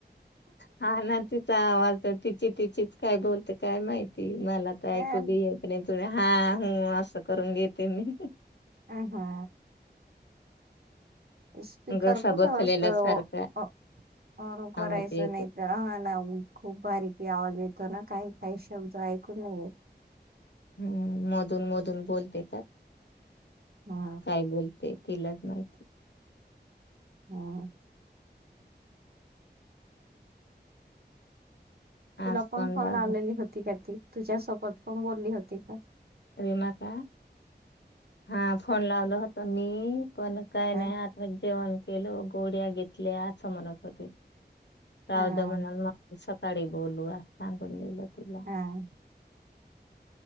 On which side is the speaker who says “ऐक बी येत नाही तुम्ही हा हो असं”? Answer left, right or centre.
Left